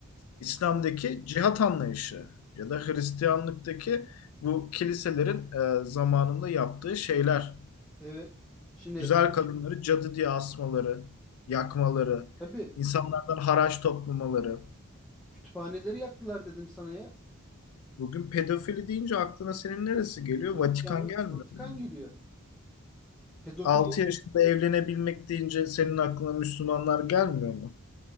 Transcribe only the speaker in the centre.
Tabii.
Evet. Şimdi
tabii
kütüphaneleri yaktılar dedim sana ya.
Hristiyanlık
Vatikan
geliyor. Pedofili.